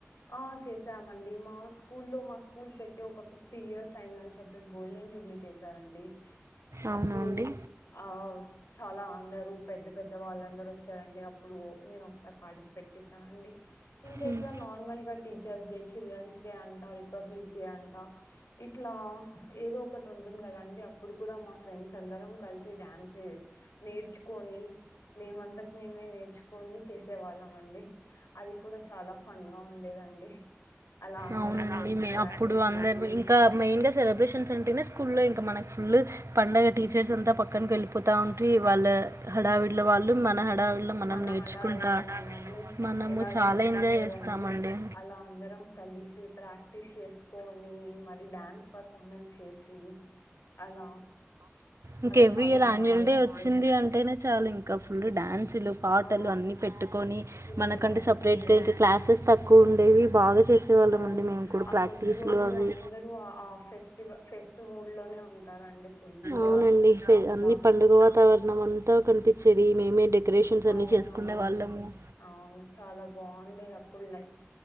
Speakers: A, on the left (about 75°); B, on the right (about 75°).
A: ఆ చేసామండి మా స్కూ లో మా స్కూల్ పెట్టి ఒక ఫిఫ్టీ ఇయర్స్ అయిందని చెప్పి గోల్డెన్ జూబ్లీ చేశారండి
B: అవునా
A: అప్పుడు
B: అండి?
A: ఆ చాలా అందరూ పెద్ద పెద్ద వాళ్ళందరూ వచ్చారండి అప్పుడు నేను ఒకసారి పార్టిసిపేట్ చేశానండి ఇంకా
B: హ్మ్.
A: ఇట్ల నార్మల్ గా టీచర్స్ డే చిల్డ్రన్స్ డే అంట రిపబ్లిక్ డే అంటా ఇట్లా ఏదో ఒకటి ఉంటుంది కదా అండి అప్పుడు కూడా మా ఫ్రెండ్స్ అందరం కలిసి డ్యాన్స్ నేర్చుకొని మేమంతకు మేమే నేర్చుకొని చేసే వాళ్ళం అండి అది కూడా చాలా ఫన్ గా ఉ ఉండేదండి అలా అందరం
B: అవునండి
A: కలిసి ప్రాక్టీస్
B: అప్పుడు అందరు
A: చేసి
B: ఇంకా మెయిన్ గా సెలబ్రేషన్స్ అంటేనే స్కూల్ లో ఇంకా మనకి ఫుల్ు పండగట్ టీచర్స్ అంతా పక్కనకు వెళ్ళిపోతా ఉంటవి వాళ్ళ హడావిడ్ల వాళ్ళు మన హడావిడిలో మనం
A: మన
B: నేర్చుకుంటా
A: హడావిల్లో మనము
B: మనము
A: ఎలాగైనా
B: చాలా
A: ఫన్
B: ఎంజాయ్
A: కదండి
B: చేస్తామండి
A: అలా అందరం కలిసి ప్రాక్టీస్ చేసుకొని మళ్ళీ డాన్స్ పర్ఫార్మెన్స్ చేసి అలా
B: ఇంక
A: అలా
B: ఎవ్రీ
A: చాలా
B: ఇయర్
A: బాగుండేదండి
B: యాన్యువల్ డే వచ్చింది అంటేనే చాలుా ఇంకా ఫుల్ డ్యాన్సులు పాటలు
A: ఆ
B: అన్నీ పెట్టుకొని
A: ఫుల్
B: మనకంటే
A: డ్యాన్సులు
B: సపరేట్గా ఇంకా క్లాసెస్ తక్కువ ఉండేవి బాగా చేసేవాళ్ళం
A: అవును
B: అండి మేము కూడా
A: ఆ
B: ప్రాక్టీస్లు
A: కొద్ది రోజులు
B: అవి
A: అందరూ ఆ ఆ ఫెస్టివల్ ఫెస్టి మూడ్ లోనే ఉంటారండి ఫుల్
B: అవునండి
A: ఆ
B: అన్ని
A: దా
B: పండుగ వాతావరణం అంతా కనిపి చేది మేమే డెకరేషన్స్
A: అవునవునండి
B: అన్నీ చేసుకునే వాళ్ళము
A: అవును చాలా బాగు డేది అప్పుడు లైఫ్